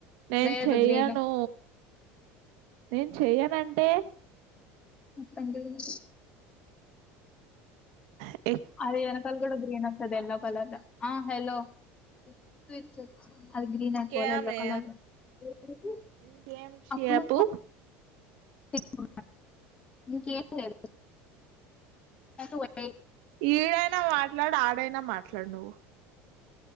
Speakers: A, on the right (about 70°); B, on the left (about 20°).
A: నేను
B: లేదు
A: చెయ్యను
B: గ్రీన్
A: నేను చెయనుంటే
B: మొత్తానికే తిన్న
A: అ
B: అదే వెనకాల కూడా గ్రీన్ వ ఉంటది ఎల్లో కలర్ ఆ హలో <inaudible> అది గ్రీన్
A: ఇంకే
B: అయిపోల
A: ఆమె
B: ఎల్లో కలర్ ఉంది ఇప్పుడు ఉంది
A: ఇంకేం చెప్పు
B: అప్పుడు చె <inaudible> ఇంకేం లేదు ఎటు పోయినాయి
A: ఈడైనా మాట్లాడు ఆడైనా మాట్లాడు నువ్వు